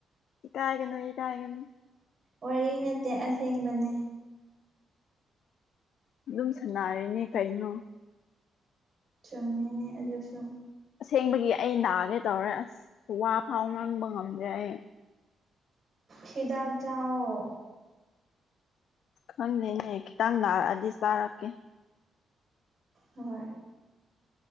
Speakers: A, on the left (about 75°); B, on the right (about 50°).
A: ꯏꯀꯥꯏꯒꯅꯣ ꯏꯀꯥꯏꯒꯅꯨ
B: ꯋꯥꯔꯤ ꯅꯠꯇꯦ ꯑꯁꯦꯡꯕꯅꯦ꯫
A: ꯑꯗꯨꯝ ꯁꯥꯟꯅꯔꯤꯅꯦ ꯀꯩꯅꯣ꯫
B: ꯆꯨꯝꯃꯤꯅꯦ ꯑꯗꯨꯁꯨ꯫
A: ꯑꯁꯦꯡꯕꯒꯤ ꯑꯩ ꯅꯥꯒꯦ ꯇꯧꯔꯦ ꯑꯁ ꯋꯥ ꯐꯥꯎ ꯉꯥꯡꯕ ꯉꯝꯗ꯭ꯔꯦ ꯑꯩ꯫
B: ꯍꯤꯗꯥꯛ ꯆꯥꯎꯑꯣ꯫
A: ꯈꯪꯗꯦꯅꯦ ꯈꯤꯇꯪ ꯅꯥꯔꯛꯑꯗꯤ ꯆꯥꯔꯛꯀꯦ꯫
B: ꯍꯣꯏ